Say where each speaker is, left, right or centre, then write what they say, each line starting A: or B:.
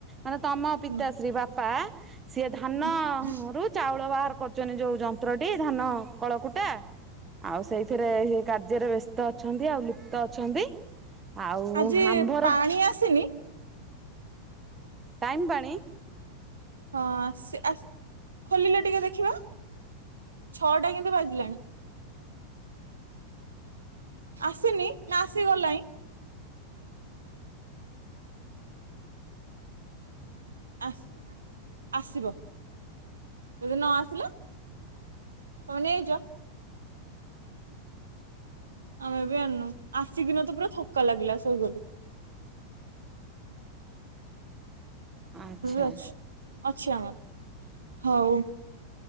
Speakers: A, on the right (about 20°); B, on the right (about 70°).
A: ମାନେ ତମ ପିତାଶ୍ରୀ
B: ହୁଁ
A: ବାପା। ସିଏ ଧାନରୁ
B: ହୁଁ ହୁଁ।
A: ଚାଉଳ ବାହାର କରୁଛନ୍ତି ଯୋଉ ଯନ୍ତ୍ରଟି ଧାନ କଳକୁଟା। ଆଉ ସେଇଥିରେ ସେ କାର୍ଯ୍ୟରେ ବ୍ୟସ୍ତ ଅଛନ୍ତି ଆଉ ଲୁପ୍ତ ଅଛନ୍ତି। ଆଉ
B: ଆଜି
A: ଆମ୍ଭର
B: ପାଣି ଆସିନି?
A: ଟାଇମ୍ ପାଣି
B: ହଁ ଆସି ଆ ଖୋଲିଲେ ଟିକେ ଦେଖିବା ଛଅଟା କିନ୍ତୁ ବାଜିଲାଣି। ଆସିନି ନା ଆସିଗଲାଣି? ଆସ ଆସିବ ଯଦି ନ ଆସିଲ <unintelligible> ଆମେ ବି ଆଣନୁ ଆସିକିିନ ତ ପୁରା ଥକା ଲାଗିଲା ଶୋଇଗଲୁ।
A: ଆଚ୍ଛା
B: ଅଛି ଅଛି ଆମର ହଉ